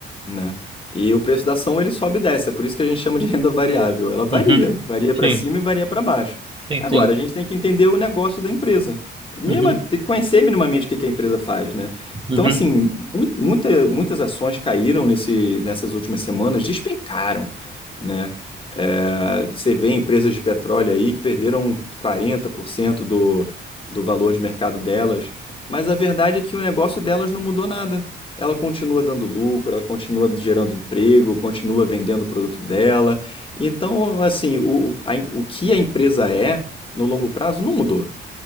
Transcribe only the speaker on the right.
Uhum,
sim,
sim,
sim.
Uhum,
uhum.